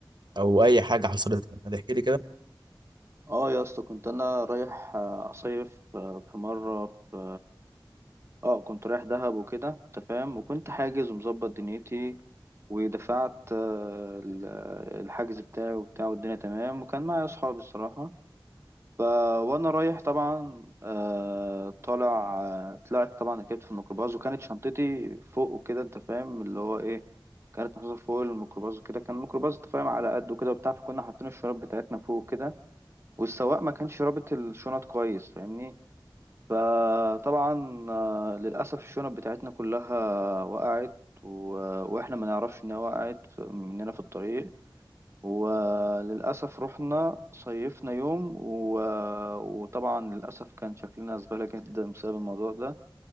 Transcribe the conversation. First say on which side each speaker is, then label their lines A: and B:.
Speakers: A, on the right; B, on the right.
A: او اي حاجه حصلت لك ما تحكي لي كده
B: اه يا اسطى كنت انا رايح آه، اصيف آه، في مره في اه كنت رايح دهب وكده انت فاهم وكنت حاجز ومظبط دنيتي ودفعت آه، ال- الحجز بتاعي وبتاع والدنيا تمام وكان معايا اصحابي الصراحة ف وانا رايح طبعا آه، طالع آه، طلعت طبعا ركبت في الميكروباص وكانت شنطتي فوق وكده انت فاهم اللي هو ايه كانت محطوطة فوق الميكروباص وكده كان الميكروباص انت فاهم على قد وكده وبتاع فكنا حاطين الشراب بتاعتنا فوق وكده والسواق ما كانش رابط الشنط كويس فاهمني فطبعا آه، للأسف الشنط بتاعتنا كلها وقعت و... وإحنا ما نعرفش إنها وقعت ف- مننا في الطريق وللأسف رحنا صيفنا يوم و... وطبعا للأسف كان شكلنا زبالة جدا بسبب الموضوع ده